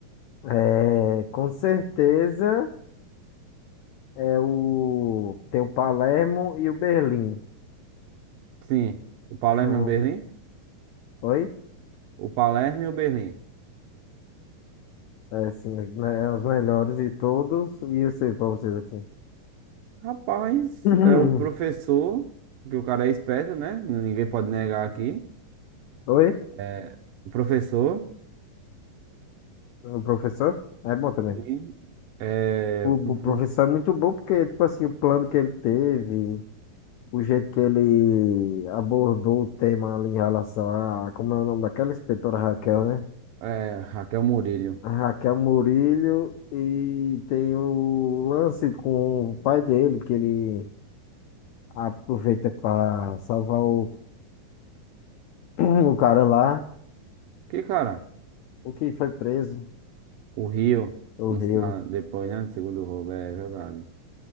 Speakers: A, on the left; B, on the right.
A: É, com certeza é o tem o Palermo e o Berlim.
B: Sim, o Palermo
A: São,
B: e o Berlim?
A: oi?
B: O Palermo e o Berlim.
A: É, sim, os, me- é os melhores de todos. E eu sei pra vocês aqui.
B: Rapaz,
A: <laughs>
B: é o professor, porque o cara é esperto, né? Ninguém pode negar aqui.
A: Oi?
B: É, o professor.
A: O professor? É bom também.
B: E é,
A: O,
B: professor,
A: o professor é muito bom porque, tipo assim, o plano que ele teve. o jeito que ele abordou o tema ali em relação a, como é o nome daquela inspetora Raquel, né?
B: é, Raquel Murillo.
A: A Raquel Murillo e tem o lance com o pai dele, que ele aproveita para salvar o, <clears throat> o cara lá,
B: Que cara?
A: o que foi preso
B: O Rio,
A: o
B: no-
A: Rio.
B: na- depois, né? Segundo roubo, é verdade.